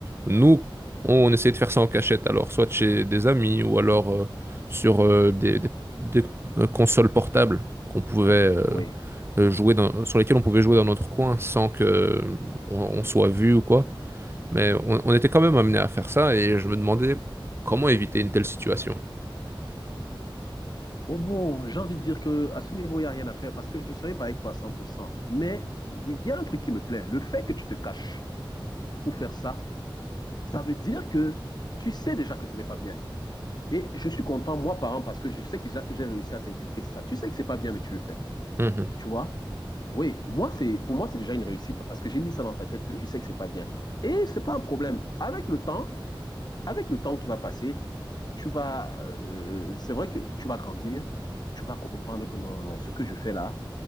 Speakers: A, on the right (about 25°); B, on the left (about 50°).
A: nous, on essayait de faire ça en cachette. Alors, soit chez des amis ou alors euh, sur euh, des, des- des, euh, consoles portables qu'on pouvait euh,
B: Oui.
A: euh, jouer dans, sur lesquelles on pouvait jouer dans notre coin sans que euh, on, on soit vu ou quoi. Mais on, on était quand même amené à faire ça et je me demandais comment éviter une telle situation.
B: Bon, bon, j'ai envie de dire que à ce niveau, il n'y a rien à faire parce que je ne serai pas avec toi à 100%. Mais il y a un truc qui me plaît. Le fait que tu te caches pour faire ça, ça veut dire que tu sais déjà que ce n'est pas bien. Et je suis content, moi, parent, parce que je sais que déjà que j'ai réussi à t'inculquer ça. Tu sais que c'est pas bien, mais tu le fais.
A: Mhm.
B: Tu vois? Oui, moi c'est pour moi c'est déjà une réussite parce que j'ai mis ça dans ta tête que tu sais que c'est pas bien. Et c'est pas un problème. Avec le temps, avec le temps qui va passer, tu vas euh, euh, c'est vrai que tu vas grandir, tu vas comprendre que non non non, ce que je fais là,